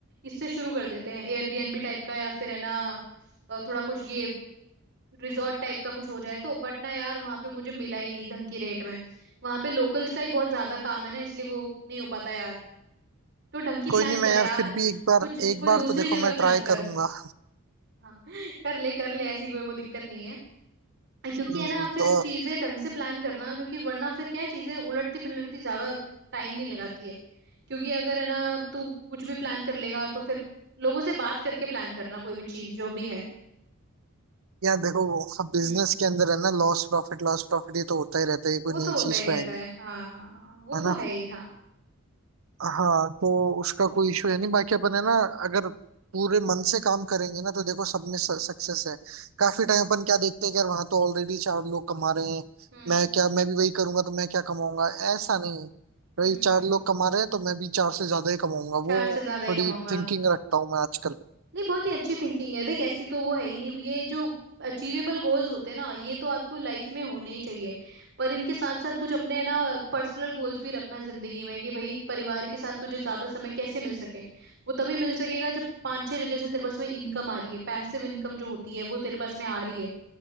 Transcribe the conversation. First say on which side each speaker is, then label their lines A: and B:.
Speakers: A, on the right (about 60°); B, on the right (about 80°).
A: इससे शुरू कर देते हैं एयरबीएनबी type का या फिर है ना अ, थोड़ा कुछ ये रिजॉर्ट टाइप का कुछ हो जाए तो बट ना यार वहां पे मुझे मिला ही नहीं ढंग की रेट में वहां पे लोकल्स का ही बहुत ज्यादा काम है ना इसलिए वो नहीं हो पाता यार तो ढंग की
B: कोई
A: प्लान
B: नहीं मैं
A: कर
B: यार
A: यार
B: फिर भी एक बार
A: कुछ
B: एक
A: कोई
B: बार
A: दूसरी
B: तो देखो
A: जगह
B: मैं
A: प्लान
B: ट्राई
A: कर
B: करूंगा
A: हाँ कर ले कर ले ऐसी कोई वो दिक्कत नहीं है क्योंकि
B: हम्म,
A: है ना फिर
B: तो
A: चीजें ढंग से प्लान करना क्योंकि वरना फिर क्या है चीजें उलटती पिलटती ज्यादा टाइम नहीं लगाती है क्योंकि अगर है ना तू कुछ भी प्लान कर लेगा तो फिर लोगों से बात करके प्लान करना कोई भी चीज जो भी है
B: यार देखो बिजनेस
A: हम्म
B: के अंदर है ना लॉस प्रॉफिट लॉस प्रॉफिट ये तो होता ही रहता है ये
A: वो
B: कोई
A: तो
B: नई
A: होता
B: चीज
A: ही
B: तो
A: रहता
B: है
A: है
B: नहीं
A: हाँ हाँ हाँ, वो
B: है
A: तो
B: ना
A: है ही हाँ
B: हाँ तो उसका कोई इशू है नहीं बाकी अपन है ना अगर पूरे मन से काम करेंगे ना तो देखो सब में सक्सेस है काफी टाइम अपन क्या देखते हैं कि यार वहां तो ऑलरेडी चार लोग कमा रहे हैं
A: हम्म
B: मैं क्या मैं भी वही करूंगा तो मैं क्या कमाऊंगा ऐसा नहीं है
A: हम्म
B: भाई चार लोग कमा रहे हैं तो मैं भी चार से ज्यादा ही कमाऊंगा
A: चार
B: वो
A: से ज्यादा ही
B: थोड़ी
A: कमाऊंगा
B: थिंकिंग रखता हूँ मैं आजकल
A: नहीं बहुत ही अच्छी थिंकिंग है देख ऐसी तो वो है ही नहीं ये जो अचीवेबल गोल्स होते हैं ना ये तो आपको लाइफ में होने ही चाहिए पर इनके साथ साथ कुछ अपने ना पर्सनल गोल्स भी रखना जिंदगी में कि भाई परिवार के साथ तुझे ज्यादा समय कैसे मिल सके वो तभी मिल सकेगा जब पांच छह जगह से तेरे पास में इनकम आ रही है पैसिव इनकम जो होती है वो तेरे पास में आ रही है